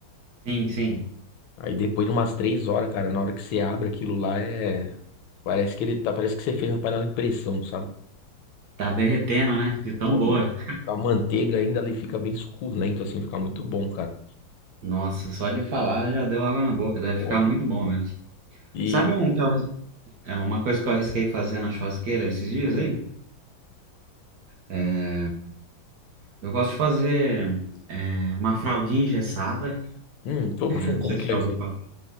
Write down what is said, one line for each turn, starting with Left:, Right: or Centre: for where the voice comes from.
Right: Sim, sim.
Left: Aí depois de umas três horas, cara, na hora que você abre aquilo lá é. Parece que ele tá. Parece que você fez uma panela de pressão, sabe?
Right: Tá derretendo, né? De tão
Left: Pô,
Right: boa.
Left: Com a manteiga ainda ele fica bem suculento, assim, fica muito bom, cara.
Right: Nossa, só de falar já deu água na boca, deve
Left: pô.
Right: ficar muito bom mesmo.
Left: E.
Right: Sabe um que eu- é uma coisa que eu arrisquei fazer na churrasqueira esses dias,
Left: Hum,
Right: hein? É, Eu gosto de fazer é, uma fraldinha engessada.
Left: hum, como
Right: é,
Left: que, fun-
Right: não
Left: como
Right: sei
Left: que
Right: se já
Left: é
Right: ouviu
Left: isso aí?
Right: falar.